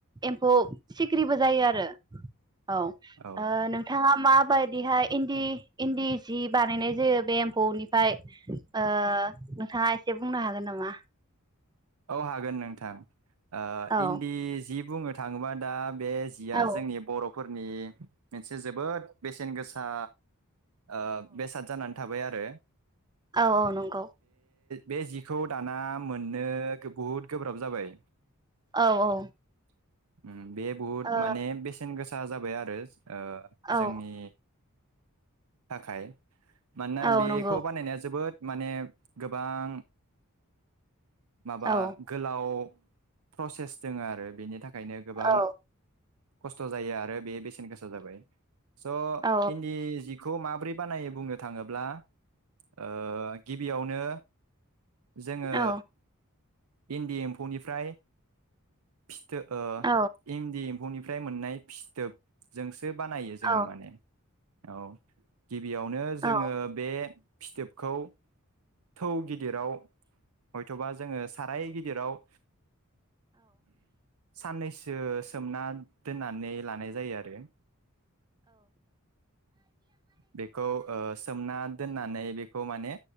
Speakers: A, on the right (about 20°); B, on the right (about 80°).
A: एम्फौ सिख्रिबो जायो आरो औ
B: औ
A: ओ नोंथाङा मा बायदिहाय इन्दि इन्दि सि बानायनाय जायो बे एम्फौनिफ्राय ओ नोंथाङा एसे बुंनो हागोन नामा?
B: औ हागोन नोंथां। ओ
A: औ
B: इन्दि जि बुङो थाङोबा दा बे जिया
A: औ
B: जोंनि बर'फोरनि मोनसे जोबोद बेसेन गोसा ओ बेसाद जानानै थाबाय आरो
A: औ औ नंगौ।
B: बेजि खौ दाना मोननो बुहुत गोब्राब जाबाय
A: औ औ
B: <inaudible> ओम बे बुहुत
A: ओ
B: माने बेसेन गोसा जाबाय आरो रेज आ
A: औ
B: जोंनि थाखाय मानोना
A: औ
B: बेखौ
A: नंगौ
B: बानायनाया जोबोद माने गोबां माबा
A: औ
B: गोलाव प्रसेस दङो आरो बेनि थाख खायनो गोबां
A: औ
B: खस्थ जायो आरो बे बेसेन गोसा जाबाय । स
A: औ
B: इन्दि जि खौ माब्रै बानायो बुंनो थाङोब्ला ओ गिबियावनो जोङो
A: औ
B: इन्दि एम्फौनिफ्राय फिथो ओ
A: औ
B: एमदि एम्फैनिफ्राय मोननाय फिथोब जोंसो बानायो जोङो
A: औ
B: माने । औ गिबियावनो जोङो
A: औ
B: बे फिथोबखौ थौ गिदिर दिराव <unintelligible> जोङो साराय गिदिराव साननैसो सोमना दोननानै लानाय जायो आरो बेखौ ओ सोमना दोननानै बेखौ माने